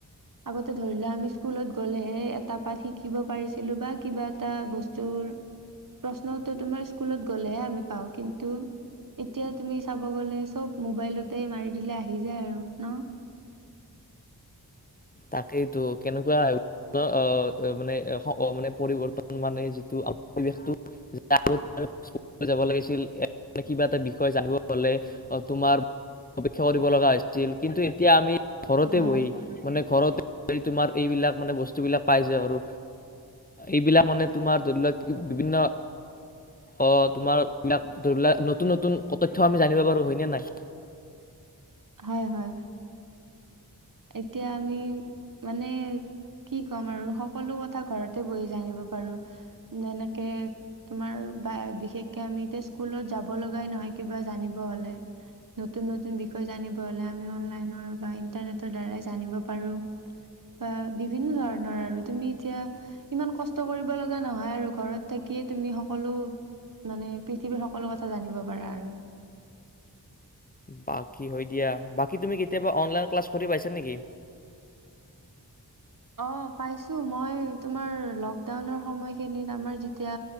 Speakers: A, on the right (about 55°); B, on the left (about 25°).
A: আগতে ধৰি লোৱা আমি স্কুলত গ'লেহে এটা পাঠ শিকিব পাৰিছিলো বা কিবা এটা বস্তুৰ প্ৰশ্ন উত্তৰ তোমাৰ স্কুলত গ'লেহে আমি পাও কিন্তু এতিয়া তুমি চাব গলে চব মোবাইলতে মাৰি দিলে আহি যায় আৰু ন
B: তাকেইতো কেনেকুৱা অ মানে মানে পৰিৱৰ্তন মানে যিটো পৰিৱেশ আগতে স্কুল যাব লাগিছিল কিবা এটা বিষয় জানিব হলে তোমাৰ অপেক্ষা কৰিব লগা হৈছিল কিন্তু এতিয়া আমি ঘৰতে
A: হয়
B: বহি মানে বহি তোমাৰ এইবিলাক মানে বস্তুবিলাক পাই যে আৰু এইবিলাক মানে তোমাৰ ধৰি লোৱা বিভিন্ন অ তোমাৰ এইবিলাক ধৰি লোৱা নতুন নতুন তথ্য আমি জানিব পাৰো হয়নে নাই।
A: হয় হয়। এতিয়া আমি মানে কি ক'ম আৰু সকলো কথা ঘৰতে বহি জানিব পাৰো যেনেকে তোমাৰ বা বিশেষকে আমি এতিয়া স্কুলত যাব লগাই নহয় কিবা জানিব হলে নতুন নতুন বিষয় জানিব হলে আমি অনলাইনৰ বা ইটাৰনেট দ্বাৰাই জানিব পাৰো বা বিভিন্ন ধৰণৰ আৰু তুমি এতিয়া ইমান কষ্ট কৰিব লগা নহয় আৰু ঘৰত থাকিয়ে তুমি সকলো মানে পৃথিৱীৰ সকলো কথা জানিব পাৰা। আৰু
B: বাকী হয় দিয়া। বাকী তুমি কেতিয়াবা অনলাইন ক্লাছ কৰি পাইছা নেকি?
A: অ পাইছো মই তোমাৰ লকডাউনৰ সময়খিনিত আমাৰ যেতিয়া